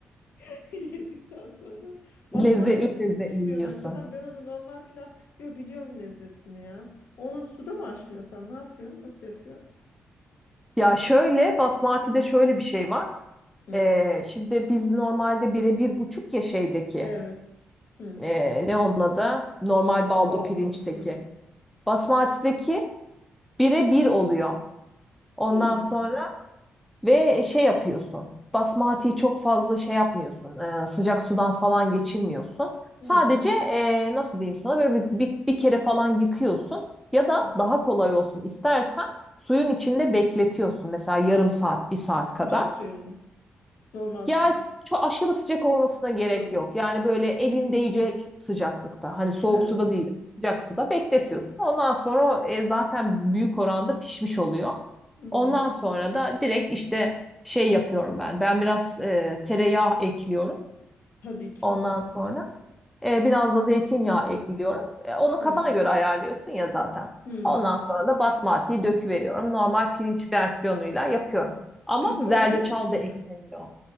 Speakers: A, on the left (about 65°); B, in the centre.
A: <laughs> Yedikten sonra. Basmati
B: Lezzetli
A: nasıl
B: lezzetli
A: pişiriyorsun
B: yiyorsun.
A: hakikaten? Ben onu normal pilav... Yo biliyorum lezzetini ya. Onu suda mı haşlıyorsun sen? Ne yapıyorsun? Nasıl yapıyorsun?
B: Ya şöyle basmati de şöyle bir şey var.
A: Hı,
B: Ee, şimdi biz normalde bire bir buçuk ya şeydeki
A: Evet. Hı.
B: e, ne onun adı? Normal baldo
A: Baldo.
B: pirinçteki.
A: Hı.
B: Basmati'deki bire bir oluyor. Ondan
A: Hı.
B: sonra ve şey yapıyorsun. Basmati'yi çok fazla şey yapmıyorsun. e, sıcak sudan falan geçirmiyorsun. Sadece
A: Hı.
B: e, nasıl diyeyim sana böyle bir, bir, bir kere falan yıkıyorsun. Ya da
A: Hı.
B: daha kolay olsun istersen suyun içinde bekletiyorsun. Mesela yarım saat, bir saat
A: Sıcak
B: kadar.
A: suyun mu? Normal su
B: Ya
A: mu?
B: çok aşırı sıcak olmasına gerek
A: Ilık.
B: yok. Yani böyle elin değecek sıcaklıkta. Hani soğuk
A: Ha.
B: suda değil, sıcak suda bekletiyorsun. Ondan sonra o, e, zaten büyük oranda pişmiş oluyor.
A: Hı.
B: Ondan sonra da direkt işte şey yapıyorum ben. Ben biraz e, tereyağı ekliyorum.
A: Tabii ki.
B: Ondan sonra e, biraz da zeytinyağı ekliyorum. E, onu
A: Hı.
B: kafana göre ayarlıyorsun ya zaten.
A: Hı.
B: Ondan sonra da basmatiği döküveriyorum. Normal pirinç versiyonuyla yapıyorum. Ama
A: K- kavuruyor
B: zerdeçal
A: mu gene?
B: da ekleniyor.